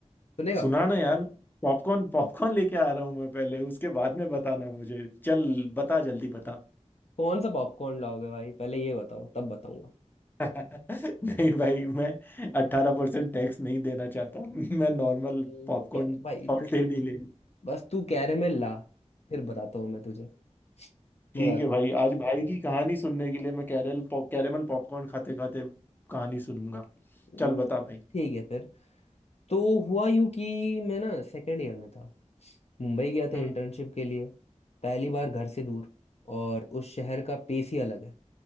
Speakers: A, on the left (about 60°); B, on the left (about 15°).
A: सुनेगा
B: सुना ना यार पॉपकॉर्न पॉपकॉर्न लेके आ रहा हूँ मैं पहले उसके बाद में बताना मुझे चल बता जल्दी बता
A: कौन सा पॉपकॉर्न लाओगे भाई पहले ये बताओ तब बताऊंगा
B: <laughs> नहीं भाई मैं अट्ठारह परसेंट टैक्स नहीं देना चाहता मैं नॉर्मल
A: हम्म,
B: पॉपकॉर्न
A: क्या भाई
B: सॉल्टेड
A: तू
B: ही ले
A: बस तू कैरेमल ला फिर बताता हूँ मैं तुझे मजाक
B: ठीक है
A: नहीं
B: भाई आज भाई की कहानी सुनने के लिए मैं कैरल पॉप कैरेमल पॉपकॉर्न खाते खाते कहानी सुनूंगा
A: हम्म,
B: चल बता भाई
A: ठीक है फिर तो हुआ यूं कि मैं ना सेकेंड ईयर में था मुंबई गया था
B: हम्म
A: इंटर्नशिप के लिए पहली बार घर से दूर और उस शहर का पेस ही अलग है